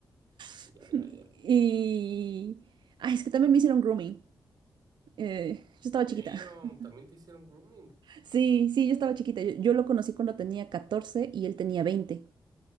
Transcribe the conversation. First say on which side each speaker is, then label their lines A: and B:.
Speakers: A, on the right (about 85°); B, on the right (about 55°).
A: <laughs>
B: Ya, ya, ya.
A: Y, ay, es que también me hicieron grooming. Eh, yo estaba
B: Damn,
A: chiquita. <laughs>
B: también te hicieron grooming.
A: Sí, sí, yo estaba chiquita. Yo, yo lo conocí cuando tenía 14 y él tenía veinte